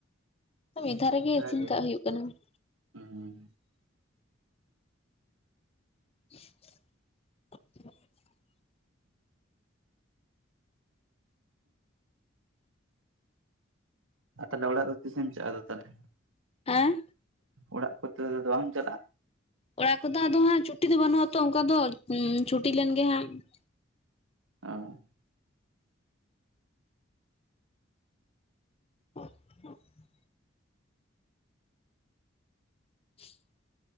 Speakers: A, on the left; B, on the right.
A: ᱢᱤᱫ ᱫᱷᱟᱣ ᱨᱮᱜᱮ ᱤᱥᱤᱱ
B: ᱜᱮ
A: ᱠᱟᱜ ᱦᱩᱭᱩᱜ ᱠᱟᱱᱟ ᱦᱩᱸ ᱾
B: ᱦᱩᱸ
A: <inaudible>
B: ᱟᱨ ᱛᱟᱦᱚᱞᱮ ᱚᱲᱟᱜ ᱫᱚ ᱛᱤᱥᱮᱢ ᱪᱟᱜᱼᱟ ᱟᱫᱟ ᱛᱟᱦᱚᱞᱮ
A: ᱦᱮᱸ ᱾
B: ᱚᱲᱟᱜ ᱠᱚᱛᱮ ᱫᱚ ᱟᱫᱚ ᱵᱟᱢ ᱪᱟᱞᱟᱜᱼᱟ ᱾
A: ᱚᱲᱟᱜ ᱠᱚᱫᱚ ᱟᱫᱚ ᱦᱟᱸᱜ ᱪᱷᱩᱴᱤ ᱫᱚ ᱵᱟᱹᱱᱩᱜᱼᱟ ᱛᱚ, ᱚᱱᱠᱟ ᱫᱚ ᱪᱷᱩᱴᱤ ᱞᱮᱱ ᱜᱮ ᱦᱟᱸᱜ ᱾
B: ᱚ
A: <inaudible> <inaudible>